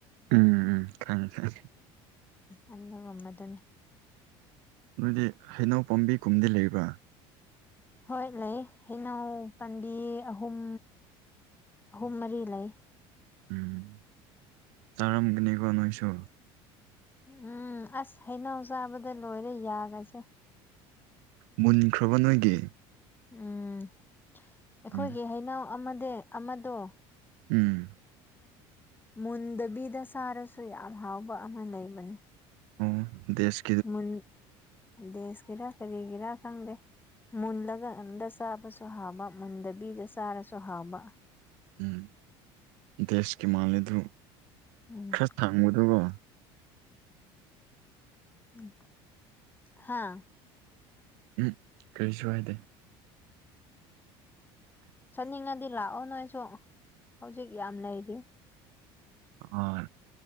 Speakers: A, on the right (about 80°); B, on the left (about 15°).
A: ꯎꯝ ꯎꯝ ꯈꯪꯌꯦ ꯈꯪꯌꯦ
B: ꯑꯗꯨꯅ ꯃꯝꯃꯗꯣꯅꯦ
A: ꯅꯣꯏꯗꯤ ꯍꯩꯅꯧ ꯄꯥꯝꯕꯤ ꯀꯨꯝꯗꯤ ꯂꯩꯕ꯭ꯔꯥ
B: ꯍꯣꯏ ꯂꯩ ꯍꯩꯅꯧ ꯄꯥꯝꯕꯤ ꯑꯍꯨꯝ ꯑꯍꯨꯝ ꯃꯔꯤ ꯂꯩ
A: ꯎꯝ ꯇꯥꯔꯝꯒꯅꯤꯀꯣ ꯅꯣꯏꯁꯨ
B: ꯎꯝ ꯑꯁ ꯍꯩꯅꯧ ꯆꯥꯕꯗ ꯂꯣꯏꯔꯦ ꯌꯥꯒꯁꯦ
A: ꯃꯨꯟꯈ꯭ꯔꯕ ꯅꯣꯏꯒꯤ
B: ꯎꯝ ꯑꯩꯈꯣꯏꯒꯤ
A: ꯎꯝ
B: ꯍꯩꯅꯧ ꯑꯃꯗꯤ ꯑꯃꯗꯣ
A: ꯎꯝ
B: ꯃꯨꯟꯗꯕꯤꯗ ꯆꯥꯔꯁꯨ ꯌꯥꯝ ꯍꯥꯎꯕ ꯑꯃ ꯂꯩꯕꯅꯦ
A: ꯑꯣ ꯗꯦꯁ
B: ꯃꯨꯟ ꯗꯦꯁꯀꯤꯔꯥ ꯀꯔꯤꯒꯤꯔꯥ ꯈꯪꯗꯦ ꯃꯨꯜꯂꯒ ꯑꯗꯨꯗ ꯆꯥꯕꯁꯨ ꯍꯥꯎꯕ ꯃꯨꯟꯗꯕꯤꯗ ꯆꯥꯔꯁꯨ ꯍꯥꯎꯕ
A: ꯎꯝ ꯗꯦꯁꯀꯤ ꯃꯥꯜꯂꯦ ꯑꯗꯨ
B: ꯎꯝ
A: ꯈꯔ ꯊꯥꯡꯕꯗꯨꯒ
B: <unintelligible> ꯍꯥꯥ
A: ꯎꯝ ꯀꯔꯤꯁꯨ ꯍꯥꯏꯗꯦ
B: ꯆꯠꯅꯤꯡꯉꯥꯗꯤ ꯂꯥꯛꯑꯣ ꯅꯣꯏꯁꯨ ꯍꯧꯖꯤꯛ ꯌꯥꯝ ꯂꯩꯔꯤ
A: ꯑꯥ